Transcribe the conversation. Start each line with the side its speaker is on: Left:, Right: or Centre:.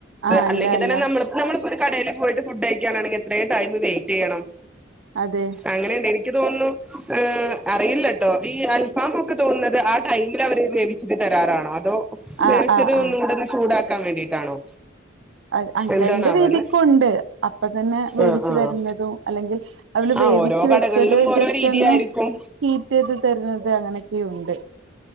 Right: ആഹ് അല്ല
Centre: അല്ലെങ്കി
Right: അല്ല
Centre: തന്നെ നമ്മ നമ്മളിപ്പോൾ ഒരു കടയില് പോയിട്ട് ഫുഡ് കഴിക്കാനാണെങ്കിൽ എത്ര ടൈം വെസ്റ്റ് ചെയ്യണം
Right: അതെ
Centre: അങ്ങനെയണ്ട് എനിക്ക് തോന്നുന്നു അറിയില്ലട്ടോ ഈ അൽഫാം ഒക്കെ തോന്നുന്നത് ആ ടൈമിൽ അവര് വേവിച്ചിട്ട് തരാറാണോ അതോ
Right: ആഹ്
Centre: വേച്ചത്
Right: ആഹ് ആഹ്
Centre: ഒന്നും കൂടെന്ന് ചൂടാക്കാൻ വേണ്ടിട്ടാണോ
Right: അ അ
Centre: എന്താണാവല്ലേ
Right: രണ്ട് രീതിക്കും ഉണ്ട് അപ്പ തന്നെ വേവിച്ചു
Centre: ആഹ് ആഹ്
Right: തരുന്നതും അല്ലെങ്കിൽ അവള് വേവിച്ച്
Centre: ആഹ് ഓരോ
Right: വെച്ചത്
Centre: കടകളിലും ഓരോ
Right: ജസ്റ്റ്
Centre: രീതിയായിരിക്കും
Right: ഒന്ന് ഹീറ്റ് ചെയ്ത് തരുന്നത് അങ്ങനെയൊക്കെയുണ്ട്